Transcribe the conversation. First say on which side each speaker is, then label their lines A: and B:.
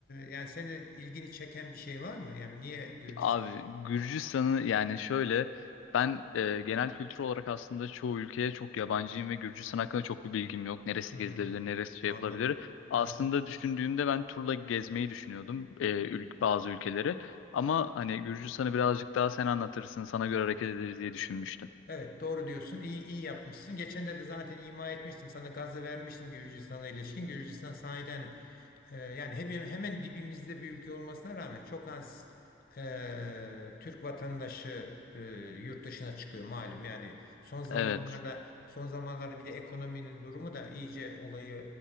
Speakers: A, on the left (about 50°); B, on the left (about 90°).
A: yani seni ilgini çeken bir şey var mı? Yani niye Gürcistan?
B: Abi Gürcistan'ı
A: Evet.
B: yani şöyle ben e, genel kültür olarak aslında çoğu ülkeye çok yabancıyım ve Gürcistan hakkında çok bir bilgim yok. Neresi
A: Hmm,
B: gezilebilir, neresi şey
A: anladım.
B: yapılabilir. Aslında
A: Hmm.
B: düşündüğümde ben turla gezmeyi düşünüyordum e, ül- bazı ülkeleri. Ama hani Gürcistan'ı birazcık daha sen anlatırsın, sana göre hareket ederiz diye düşünmüştüm.
A: Evet doğru diyorsun. İyi iyi yapmışsın. Geçen de de zaten ima etmiştim. Sana gazı vermiştim Gürcistan'a ilişkin. Gürcistan sahiden e, yani hep, hemen dibimizde bir ülke olmasına rağmen çok az e, Türk vatandaşı e, yurt dışına çıkıyor malum. Yani son zamanlarda
B: Evet.
A: son zamanlarda bir de ekonominin durumu da iyice olayı